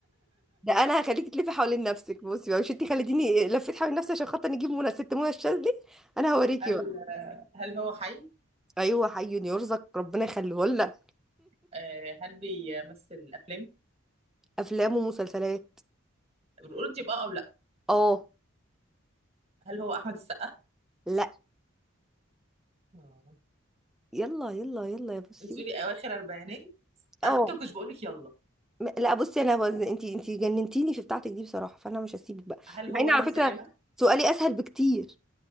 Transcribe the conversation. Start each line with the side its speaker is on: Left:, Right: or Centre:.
Centre: ده انا هخليكي تلفي حوالين نفسك بصي بقى مش انتي خليتيني لفيت حوالين نفسي عشان خاطر نجيب منى ست منى الشاذلي انا هوريكي
Right: هل
Centre: بقى
Right: هل هو حي
Centre: ايوه حي يرزق ربنا يخليه لنا
Right: آه، هل بيمثل افلام
Centre: افلام ومسلسلات
Right: القرد يبقى او لا
Centre: اه
Right: هل هو احمد السقا
Centre: لا
Right: آه.
Centre: يلا يلا يلا يا بصي
Right: انت بتقولي اواخر اربعينات
Centre: اه
Right: على فكره ما كنتش بقول لك يلا
Centre: م- لا بصي انا وزن انتي انتي جننتيني في بتاعتك دي بصراحه فانا مش هسيبك بقى
Right: هل
Centre: مع
Right: هو
Centre: ان
Right: هاني
Centre: على فكره
Right: سلامه
Centre: سؤالي اسهل بكتير